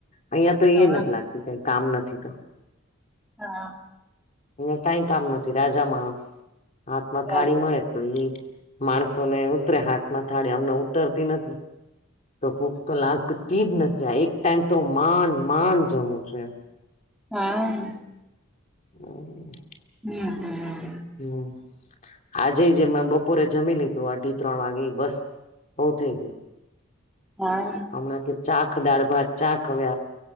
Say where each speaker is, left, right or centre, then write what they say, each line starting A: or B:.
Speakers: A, on the left (about 35°); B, in the centre.
A: અહિયાં તો
B: હા
A: એ નથી લાગતી કઈ કામ નથી તો.
B: હા.
A: અયા કઈ કામ નથી રાજા માણસ હાથમાં
B: રાજા
A: થાળી મળે. તો એ માણસો ને ઉતરે હાથમાં થાળે અમને ઉતરતી નથી. તો ભૂખ તો લાગતી જ નથી આ એક ટાઈમ તો માંડ માંડ જમું છું, એમ.
B: હા.
A: હા. <unintelligible>
B: હમ્મ, હમ્મ. <unintelligible>
A: હમ્મ, આજે જે મેં બપોરે જમી લી તો અઢી-ત્રણ વાગે બસ બઉ થઈ ગયું.
B: હા.
A: અમના કે ચાખ દાળ-ભાત શાક અવે